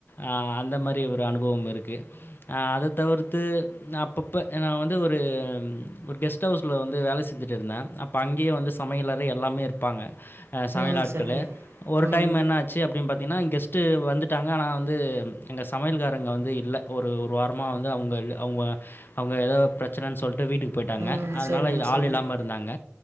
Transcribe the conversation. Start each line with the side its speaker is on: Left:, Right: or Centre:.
Left: ஆஹ் அந்த மாரி ஒரு அனுபவம் இரு இரு ஆஹ் அத தவிர்த் த்து அப்பப்ப நா வந்து ஒரு ஒரு கெஸ்ட் ஹவுஸ்ல வந்து வேல செஞ்சுட்டு இருந்தேன் அப்ப அங்கேயே வந்து சமையலற எல்லாமே இருப்பாங்க சமையல்
Right: ம்
Left: ஆட்களும்
Right: சொல்லுங்கள்
Left: ஒரு
Right: ம்
Left: டைம் என்ன ஆச்சு அப்டின்னு பாத்தீங்கன்னா இங்க ஸ்ட்டு வந்துட்டாங்க ஆனா வந்து எங்க சமையல்காரங்க வந்து இல்ல ஒரு ஒரு வாரமா வந்து அவங்க இல்ல அவங்க அவங்க எதோ பிரச்சன சொல்டு வீட்டுக்கு போயிட்டாங்க
Right: ம்
Left: அதனால
Right: சொல்லுங்கள்
Left: ஆள்
Right: சொல்லுங்கள்
Left: இல்லாம இருந்தாங்க